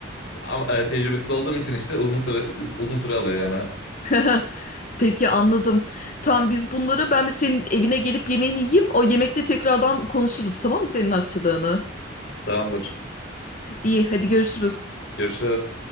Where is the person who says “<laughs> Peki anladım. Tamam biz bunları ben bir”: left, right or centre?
Left